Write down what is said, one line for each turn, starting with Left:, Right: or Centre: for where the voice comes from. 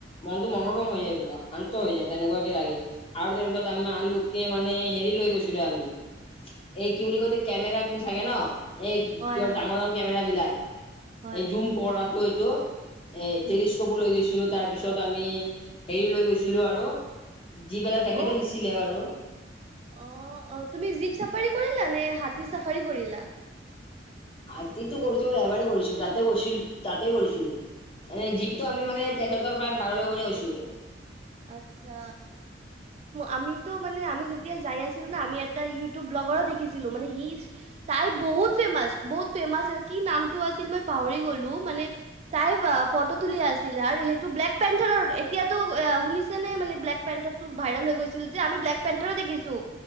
Left: মনতটো
Right: হয়
Left: মনোৰম হৈ যায় পুৰা। শান্ত হৈ যায় তেনেকুৱাকে লাগে। আৰু তাৰপিছত আমি আলুকে মানে হেৰি লৈ গৈছিলো আমি। এই কি বুলি কয় যে কেমেৰা বোৰ থাকে ন'। এই
Right: হয়
Left: কিবা
Right: হয়
Left: ডাঙৰ ডাঙৰ কেমেৰা বিলাক
Right: হয়
Left: এই জুম কৰাটো এইটো। এ
Right: উম
Left: টেলিস্কপো লৈ গৈছিলো। তাৰ পিছত আমি হেৰি লৈ গৈছিলো আৰু- যি পেলাই তেখেতে
Right: অ
Left: দিছিলে বাৰু।
Right: অ অ তুমি জীপ চাফাৰী কৰিলা নে হাতী চাফাৰী কৰিলা।
Left: হাতীতে কৰিছো এবাৰেই কৰিছো তা'তে কৰিছিলো তা'তে কৰিছিলো। এনেই জীপটো
Right: অ
Left: আমি মানে তেখেতৰ পৰাই ভাড়া লৈ গৈ গৈছিলো।
Right: আচ্ছা। আমিতো মানে আমি যেতিয়া যায় আছিলো ন' আমি এ'। অজগৰ দেখিছিলো। তাই বহুত ফেমাচ বহুত ফেমাচ কি নামটো আছিল মই পাহৰি গলো। মানে তাই ফটো টোলি আছিল আৰু সেইটো বেলেগ টাইম ঠাইৰ এতিয়া টো এ'। শুনিছে নে মানে ব্লেকবেল্টো ভাইৰেল হৈ গৈছিল যে আমি ব্লেকবেল্টো দেখিছো।